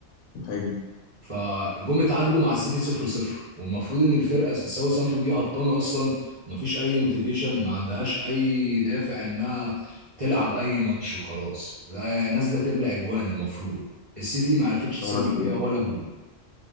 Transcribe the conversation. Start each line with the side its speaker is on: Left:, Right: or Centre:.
Left: ايوه
Right: فجم اتعادلوا مع السيتي 0-0 والمفروض ان الفرقه ساوثهامبتون دي هبطانه اصلا مفيش اي موتيفيشن ما عندهاش اي دافع انها تلعب اي ماتش وخلاص لا، نازله تبلع اجوان المفروض السيتي ما عرفتش تسجل
Left: عمل ايه
Right: فيها ولا جول